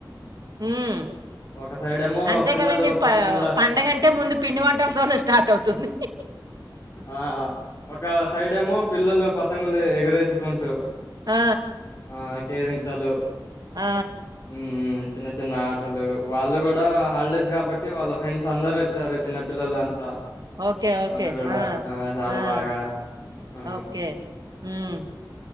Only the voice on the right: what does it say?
ఉమ్మ్
అంతే
కదండి
ప పండుగంటే ముందు పిండి వంటలతోనే స్టార్ట్ అవుతుంది
ఆ
ఆ
ఓకే ఓకే
ఆ.
ఓకే ఉం